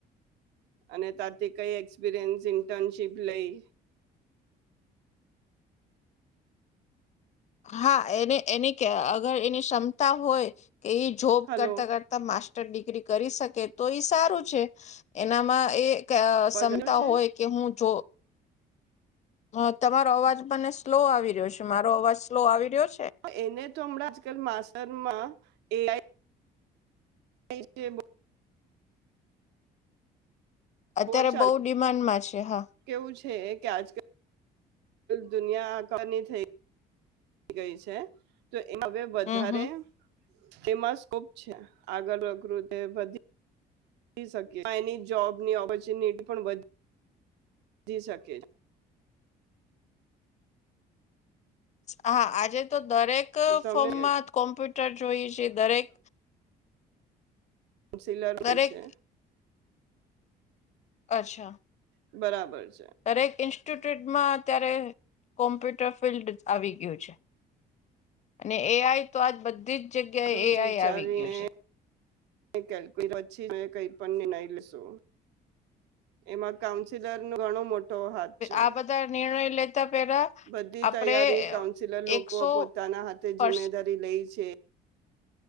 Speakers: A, on the right; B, on the left.
A: અને ત્યાંથી કઇ એક્સપિરિયન્સ ઇન્ટર્નશીપ લઈ.
B: હા એને એની કે અગર એની ક્ષમતા હોય. કએ જોબ
A: હલો
B: કરતાં-કરતાં માસ્ટ ડિગ્રી કરી શકે તો એ સારું છે એનામાં એ ક્ષમતા
A: અવાજ આવ્યો છે?
B: હોય કે હું જો હ તમારો અવાજ મને સ્લો આવી રહ્યો છે મારો અવાજ તો આવી રહ્યો છે?
A: એને તો હમણાં આજકાલ માસ્ટરમાં એ આઈ એ છે બ
B: અત્યારે
A: જ ચાલે
B: બહુ ડિમાન્ડમાં છે હા.
A: કેવું છે કે આજકાલ દુનિયા આખાની થઈ ગઈ છે. હવે વધારે
B: હમ હમ
A: એમાં સ્કોપ છે આગળ પ્રકૃતિ વધી શકે એની જોબની ઓપોર્ચુનિટી પણ વધી વધી શકે.
B: હા આજે તો દરેક
A: તમને
B: ફોર્મમાં કોમ્પ્યુટર જોઈએ છે. દરેક
A: કાઉન્સિલર
B: દરેક
A: થઈ છે.
B: અચ્છા.
A: બરાબર છે.
B: દરેક ઇન્સ્ટિટ્યુટમાં અત્યારે કોમ્પ્યુટર ફિલ્ડ આવી ગયું છે અને એઆઈ તો આજ બધી જ જગ્યાએ
A: બધું
B: એ
A: જ
B: આઈ
A: વિચારીને
B: આવી ગયું છે.
A: પછી કઈ પણ નિર્ણય લેશુ એમાં કાઉન્સિલર નો ઘણો મોટો હાથ છે.
B: આ બધા નિર્ણય લેતા પેલા
A: બધી
B: આપણે
A: તૈયારી કાઉન્સિલર લોકો
B: એકસો
A: પોતાના હાથે
B: પર્સ
A: જિમ્મેદારી લઈ છે.